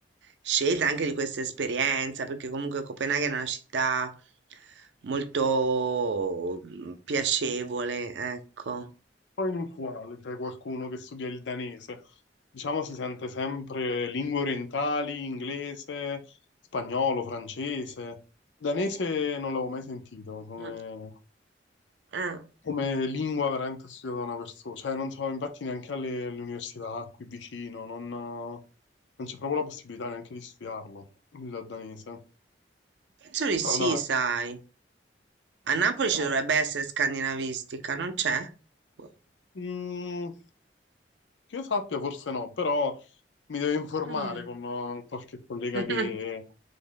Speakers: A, on the right (about 70°); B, on the left (about 80°).
A: scelta, anche di questa esperienza, perché comunque Copenaghen è una città molto mm, piacevole, ecco.
B: Poi inusuale, cioè qualcuno che studia il danese. Diciamo si sente sempre lingue orientali, inglese, spagnolo, francese. Danese non l'avevo mai sentito, come
A: Mm, eh,
B: come lingua veramente studiata da una persona, cioè non so, infatti neanche alle, alle università qui vicino, non, non c'è proprio la possibilità neanche di studiarlo, il danese.
A: penso di
B: Però
A: sì,
B: dai,
A: sai. A Napoli
B: no.
A: ci dovrebbe essere scandinavistica, non c'è? Boh.
B: Mm, che io sappia forse no, però mi devo informare
A: Mm.
B: con eh, qualche collega
A: <laughs>
B: che